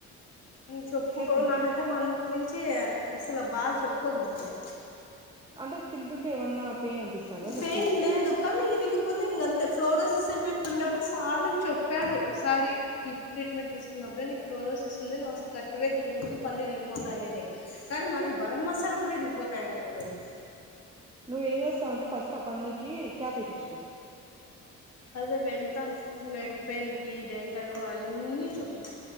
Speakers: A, on the left; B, on the right.
A: చెప్పుకో
B: మిక్చర్ తింటుంటే
A: నాకైతే మన్నటి నుంచి అసలు బాద చెొప్పుకోకూడదులే
B: అంటే తింటుంటే ఏమన్నా పెయిన్ అనిపిస్తందా నొప్పి
A: పెయిన్ లేదు కానీ ఇరిగిపోతే ఇంకంతే ఫ్లోరోసిస్ ఎఫెక్ట్ ఉన్నప్పుడు సార్ నాకు చెప్పాడు ఒకసారి టప్పు ట్రీట్మెంట్ తీసుకున్నప్పుడే నీకు ఫ్లోరోసిస్ ఉందివ్ అసలు గట్టిగాే తినకూడదు పళ్ళ రరిగిపోతాయి అని కానీ మరిీ బరం మసాలా కూడా రరిగిపోతాయి అనుకోవాలండి
B: నువ్వు ఏం చేస్తావంటే ఫస్ట్ స్టాప్ అన్నకి క్యాబ్ వేయించుకో
A: అదే వెళ్తాను నెక్ పెయిన్ కి డెంటల్ అన్ని చూపిించ